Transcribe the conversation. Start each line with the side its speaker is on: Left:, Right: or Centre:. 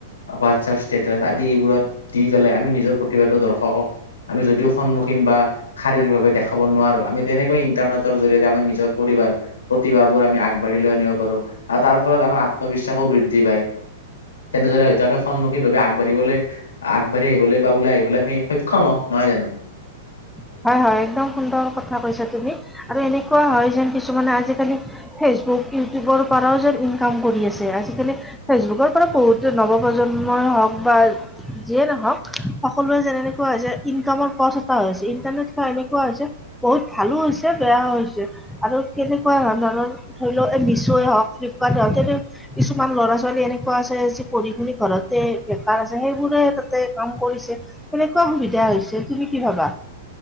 Left: হোৱাটছাপ ষ্টেটাচ আদি এইবোৰত দি পেলাই আমি নিজৰ প্ৰতিভাটো দৰ্শকক, আমি যদিও সন্মুখীন বা শাৰীৰিকভাৱে দেখাব নোৱাৰো আমি তেনেকৈ ইন্টাৰনেট টৰ জৰিয়তে আমি নিজৰ প্ৰতিভা, প্ৰতিভাবোৰ আমি আগবাঢ়ি লৈ আনিব পাৰোঁ আৰু তাৰ ফলত আমাৰ আত্মবিশ্বাসো বৃদ ধি পায়। তেনেদৰে হয়তো আমি সন্মুখীনভাৱে আগবাঢ়িবলে, আগবাঢ়ি আহিবলে বা ওলাই আহিবলে আমি সক্ষম হওঁ নহয় জানো?
Centre: <inaudible> হয়, হয় একদম সুন্দৰ কথা কৈছা তুমি আৰু এনেকুৱা হয় যেন কিছুমানে আজিকালি ফেচবুক ইউটিউবৰ পাৰাও যেন ইনকাম কৰি আছে। আজিকালি ফেচবুকত <unintelligible> বহুতে নৱপ্ৰজন্মই হওঁক বা যিয়ে নহওঁক, সকলো‌ৱে যেন এনেকোৱা যে ইনকামৰ পথ তা হৈছে। ইণ্টাৰনেট বা এনেকুৱা হৈছে বহুত ভালো হৈছে, বেয়াও হৈছে আৰু কেনেকুৱা ধৱণ <unintelligible> ধই লক এ মিছয়ে হক, ফ্লিপকাৰ্টে হক তেনে, কিছুমান ল'ৰা ছোৱালী-এনেকুৱা আছে যি পঢ়ি শুনি ই ঘৰতে বেকাৰ আছে সেইবোৰে তাতে কাম কৰিছে। কেনেকুৱা সুবিধা হৈছে তুমি কি ভাবা?